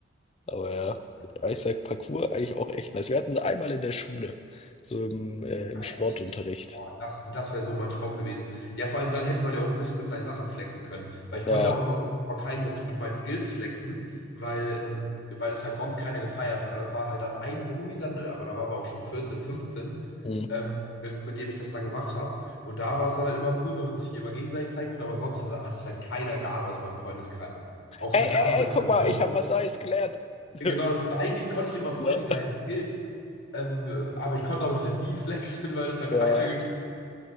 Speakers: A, on the left (about 30°); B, on the left (about 55°).
A: Aber ja,
B: äh, ist wirklich-
A: ja, ich
B: cool.
A: sag, Parkour eigentlich auch echt nice. Wir hatten sie einmal in der Schule, so im, äh, im
B: ah,
A: Sportunterricht.
B: echt? Boah, das, das wäre so mein Traum gewesen. Ja, vor allem dann hätte man ja auch ein bisschen mit seinen Sachen flexen können. Weil ich
A: Ja.
B: konnte ja auch immer vor keinem mit, mit meinen Skills flexen, weil, ähm, weil es halt sonst keiner gefeiert hat. Aber das war halt dann ein Homie dann, äh, aber da waren wir auch schon 14, 15,
A: Hm.
B: ähm, äh, mit dem ich das dann gemacht habe. Und da war das dann halt immer cool, wenn man sich immer gegenseitig zeigen konnte. Aber sonst hat, hat es halt keiner geahnt aus meinem Freundeskreis. Auch
A: Ey,
B: so mit
A: ey,
B: Trampolin
A: ey, guck
B: und
A: mal,
B: so.
A: ich habe was Neues gelernt. <laughs>
B: Genau, das heißt, eigentlich konnte ich immer
A: Ist
B: voll
A: klar.
B: die geilen Skills, ähm, aber ich konnte damit halt nie <laughs> flexen, weil das
A: Ja,
B: halt keiner gefühlt